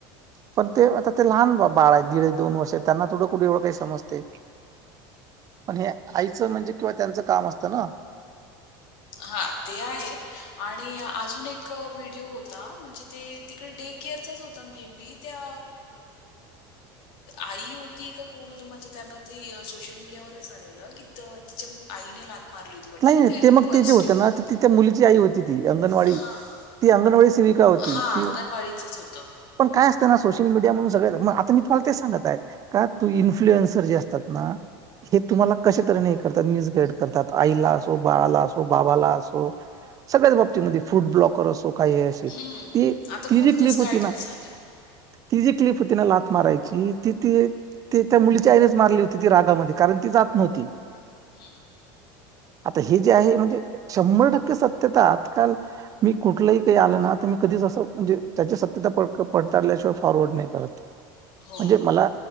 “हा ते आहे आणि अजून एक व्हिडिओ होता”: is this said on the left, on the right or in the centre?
Left